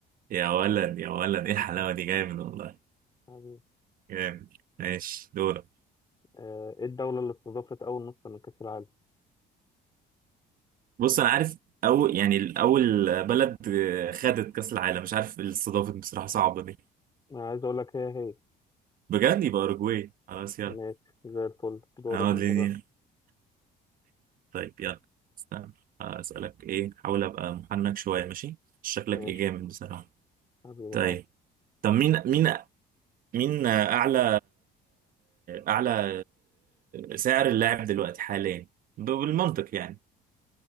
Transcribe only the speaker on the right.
يا ولد يا ولد ايه الحلاوة
دي جامد والله
جامد ماشي دورك
بص انا عارف او يعني اول بلد آه، خدت كأس العالم مش عارف الاستضافة دي بصراحة صعبة دي
بجد يبقى اوروجواي خلاص يلا
انا وديني
طيب يلا استنى آه، اسالك ايه حاول ابقى محنك شوية ماشي شكلك
ايه جامد بصراحة
طيب
طب مين مين مين اعلى اعلى سعر اللاعب دلوقتي حاليا بالمنطق يعني